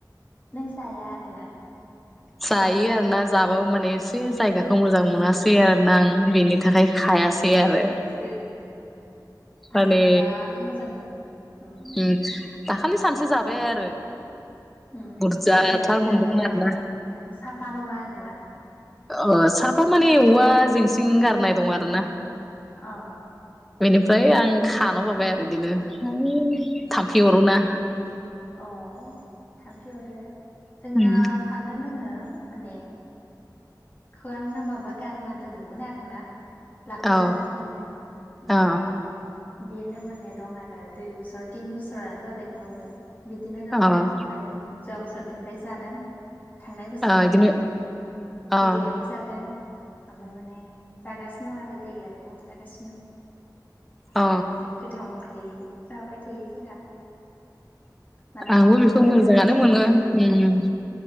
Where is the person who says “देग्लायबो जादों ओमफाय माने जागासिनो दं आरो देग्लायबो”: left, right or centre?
Left